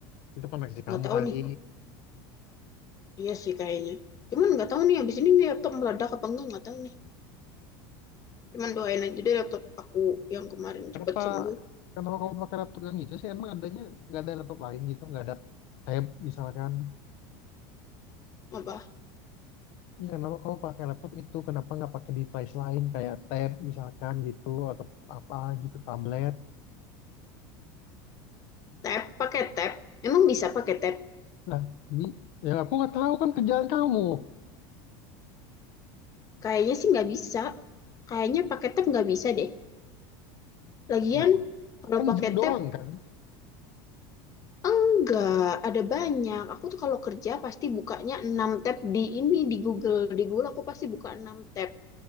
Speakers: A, on the left; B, on the left.
A: Itu koneksi
B: Nggak
A: kamu
B: tahu
A: kali.
B: nih. Iya sih kayaknya. Cuman nggak tahu nih abis ini nih laptop meledak apa enggak nggak tahu nih. Cuman doain aja deh laptop aku yang kemarin
A: Kenapa?
B: cepet sembuh.
A: Kenapa kamu pakai laptop yang itu sih? Emang adanya nggak ada laptop lain gitu? Nggak ada tab misalkan?
B: Apa?
A: Iya, kenapa kamu pakai laptop itu? Kenapa nggak pakai device lain kayak tab misalkan gitu atau apa gitu, tablet?
B: Tab? Pakai tab? Emang bisa pakai tab?
A: Lah, Bi, yang aku nggak tahu kan kerjaan kamu.
B: Kayaknya sih nggak bisa. Kayaknya pakai tab nggak bisa deh. Lagian
A: Kenapa?
B: kalau
A: Kan
B: pakai
A: gym doang
B: tab
A: kan?
B: enggak ada banyak. Aku tuh kalau kerja pasti bukanya 6 tab di ini di Google. Di Google aku pasti buka 6 tab.